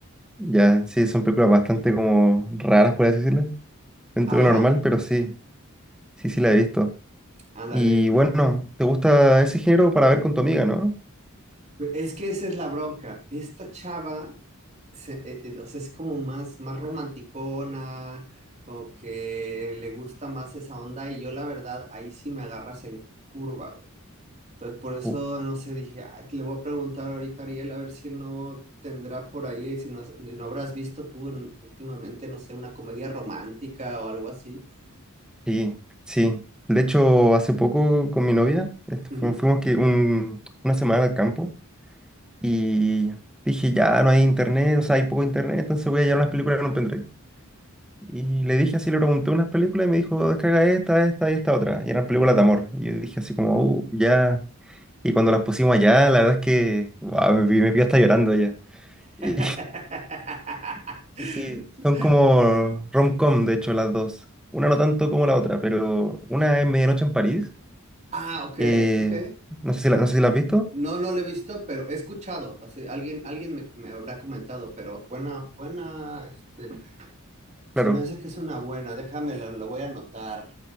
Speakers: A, in the centre; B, on the right.
A: Ya, sí, son películas bastante como raras, por así decirlo, dentro
B: Ajá,
A: de lo normal, pero sí, sí, sí la he visto.
B: ándale.
A: Y bueno, ¿te gusta ese género para ver con tu amiga, no?
B: Es que esa es la bronca. Esta chava se- eh, eh, o sea, es como más, más romanticona, como que le gusta más esa onda, y yo la verdad, ahí sí me agarras en curva, güey. Entonces, por eso,
A: Uh,
B: no sé, dije, "Ah, le voy a preguntar ahorita a Ariel a ver si no tendrá por ahí, si no, has- si no habrás visto tú en- últimamente, no sé, una comedia romántica o algo así.
A: Sí, sí. De hecho, hace poco con mi novia, este,
B: Ujú.
A: fu- fuimos que un- una semana al campo Y dije, ya no hay internet, o sea, hay poco internet, entonces voy a llevar unas películas en un pendrive. Y le dije así, le pregunté unas películas y me dijo, descarga esta, esta y esta otra. Y eran películas de amor. Y yo dije así como, uh, ya. Y cuando las pusimos allá, la verdad es que, guau, me, pi- me pilló hasta llorando ya. Y,
B: <laughs>
A: <laughs> y sí, son como rom-com, de hecho, las dos. Una no tanto como la otra, pero una es Medianoche en París.
B: Ah, ok,
A: eh,
B: ok.
A: no sé si la, no sé si la has visto.
B: No, no lo he visto, pero he escuchado. así, alguien, alguien me, me habrá comentado, pero buena, buena, este, se
A: Claro.
B: me hace que es una buena. Déjame, la, la voy a anotar.